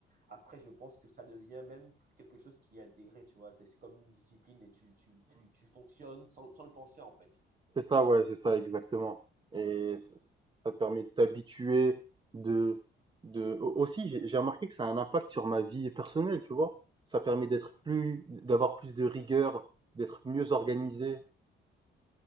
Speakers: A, on the right; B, on the right.
A: Après, je pense que ça devient même quelque chose qui est intégré, tu vois. T'es- C'est comme une discipline et tu, tu, tu, tu fonctionnes sans, sans le penser, en fait.
B: C'est ça, ouais, c'est ça, exactement. Et ça ça te permet de t'habituer, de, de, au- aussi, j'ai j'ai remarqué que ça a un impact sur ma vie personnelle, tu vois. Ça permet d'être plus, d'avoir plus de rigueur, d'être mieux organisé.